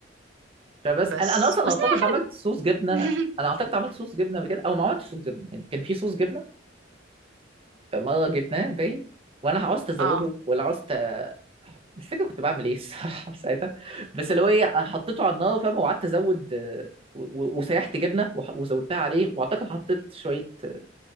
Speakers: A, on the right (about 30°); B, on the right (about 70°).
A: فبس
B: بس
A: أنا أنا أصلا
B: بس
A: أعتقد
B: هي حلو
A: عملت صوص جبنة
B: <laughs>
A: أنا أعتقد عملت صوص جبنة قبل كده أو ما عملتش صوص جبنة يعني كان في صوص جبنة مرة جبناه باين وانا عاوزت ازوده
B: اه
A: ولا عاوزت مش فاكر كنت بعمل ايه الصراحة <laughs> ساعتها بس اللي هو ايه حطيته على النار فاهم وقعدت ازود آه، و- و- وسيحت جبنة وح- وزودتها عليه واعتقد حطيت شوية آه،